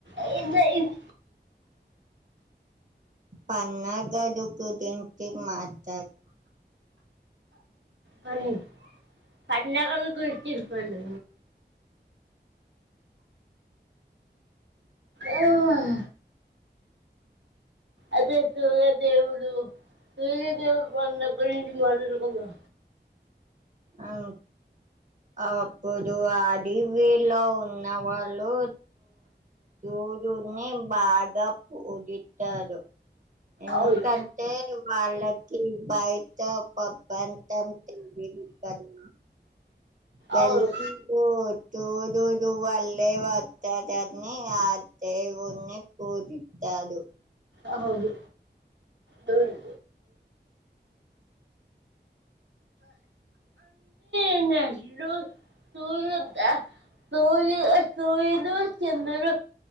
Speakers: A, on the right; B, on the right.
A: ఏందో ఎన్
B: పన్న గదు కొద్దిగాన్ సేపు మాట్లాడిన
A: మరి పండగల గురించి చెప్పండి ఎఉఅహ అదే సూర్య దేవుడు లేదే పండగ గురించి మాట్లాడుకుందాం.
B: అవు అప్పుడు అది వీలో ఉన్న వాళ్ళు సూర్యున్ని బాగా పోగేట్టారు. ఎందుకంటే
A: అవును
B: వాళ్ళకి బయట పబంతం తెలీదు కదా వెల్కి
A: అవును
B: పోద్ సూర్యుడు వళ్లే వత్తదన్ని ఆ దేవున్ని పూజిత్త కాదు
A: అవదు దున్ నిన్నేది లు సూర్యుడు వద్ద సూయ సూర్యుడు, చంద్రుడు